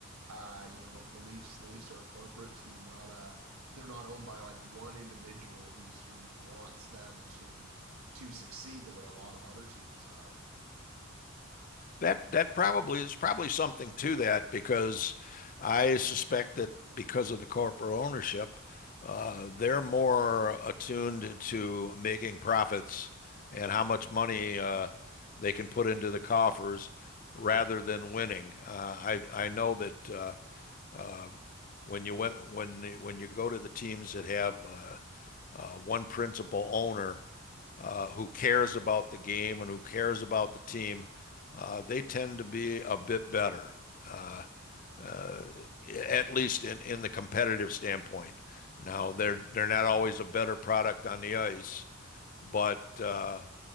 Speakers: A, on the right (about 80°); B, on the left (about 40°).
A: Uh, you know, the, the Leafs the Leafs are a corporate team, not a they're not owned by like one individual who's who wants them to to succeed the way a lot of other teams are.
B: That that probably is probably something to that because I suspect that because of the corporate ownership, uh, they're more attuned to making profits and how much money uh, they can put into the coffers rather than winning. Uh, I I know that uh, uh, when you went when when you go to the teams that have uh, uh, one principal owner uh, who cares about the game and who cares about the team, uh, they tend to be a bit better, uh, uh, at least in, in the competitive standpoint. Now they're they're not always a better product on the ice, but uh,